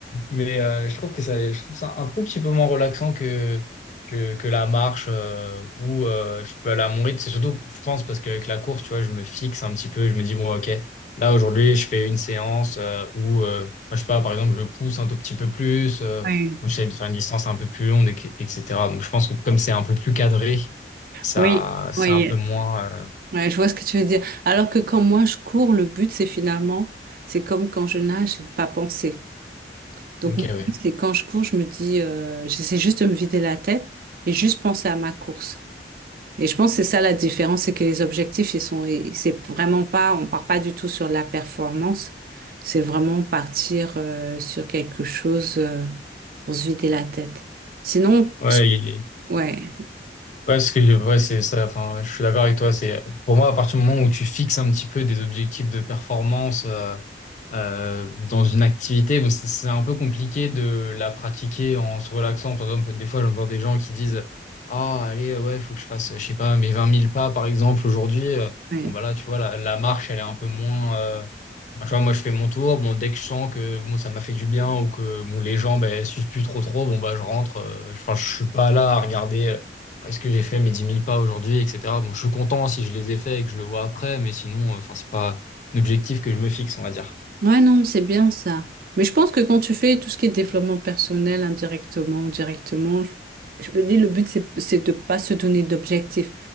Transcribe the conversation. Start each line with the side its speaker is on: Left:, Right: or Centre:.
Left: Mais euh, je trouve que ça, je trouve ça un peu petit peu moins relaxant que, que, que la marche euh, où euh, je peux aller à mon rythme. C'est surtout, je pense, parce qu'avec la course, tu vois, je me fixe un petit peu. Je me dis, bon, OK, là, aujourd'hui, je fais une séance euh, où, euh, je sais pas, par exemple, je pousse un tout petit peu plus, euh,
Right: ouais.
Left: j'essaie de faire une distance un peu plus longue, et- etc. Donc, je pense que comme c'est un peu plus cadré, ça,
Right: Oui,
Left: c'est
Right: oui.
Left: un peu moins.
Right: Ouais, je vois ce que tu veux dire. Alors que quand moi je cours, le but c'est finalement, c'est comme quand je nage, c'est de pas penser. Donc
Left: euh, OK,
Right: mon
Left: ouais.
Right: but c'est quand je cours, je me dis, euh, j'essaie juste de me vider la tête et juste penser à ma course. Et je pense que c'est ça la différence, c'est que les objectifs ils sont, et c'est vraiment pas, on part pas du tout sur la performance, c'est vraiment partir euh, sur quelque chose euh, pour se vider la tête. Sinon,
Left: Ouais,
Right: ouais,
Left: Ouais, parce que ouais, c'est ça. Enfin, ouais, je suis d'accord avec toi. C'est pour moi à partir du moment où tu fixes un petit peu des objectifs de performance euh, euh, dans une activité, bon, c'est c'est un peu compliqué de la pratiquer en se relaxant. Par exemple, des fois j'entends des gens qui disent, ah allez euh, ouais, faut que je fasse, euh, je sais pas, mes 20 000 pas par exemple aujourd'hui. Euh,
Right: ouais.
Left: Bon bah là, tu vois, la, la marche elle est un peu moins. euh, Enfin, tu vois, moi, je fais mon tour. Bon, dès que je sens que bon, ça m'a fait du bien ou que bon, les gens ben, suivent plus trop trop, bon, bah, je rentre. euh, enfin, je suis pas là à regarder euh, est-ce que j'ai fait mes dix mille pas aujourd'hui, etc. Bon, je suis content si je les ai faits et que je le vois après, mais sinon, euh, enfin, c'est pas l'objectif que je me fixe, on va dire.
Right: Ouais, non, c'est bien ça. Mais je pense que quand tu fais tout ce qui est développement personnel indirectement ou directement, je, je me dis le but, c'est, c'est de pas se donner d'objectifs.